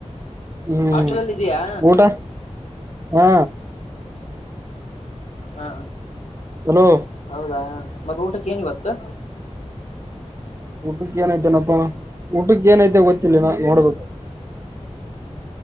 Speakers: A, on the right; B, on the left.
A: ಹ್ಮ್
B: ಅಷ್ಟನಲ್ಲ ಇದಯಾ
A: ಊಟ ಹಾ
B: ಹಾ
A: ಹಲೋ
B: ಹೌದಾ ಮತ್ತ ಊಟಕ್ಕೆ ಏನಿವತ್ತು
A: ಊಟಕ್ಕೆ ಏನೈತೆನಪ್ಪ ಊಟಕ್ಕೆ ಏನೈತೆ ಗೊತ್ತಿಲ್ಲ ನಾ ನೋಡ್ಬೇಕು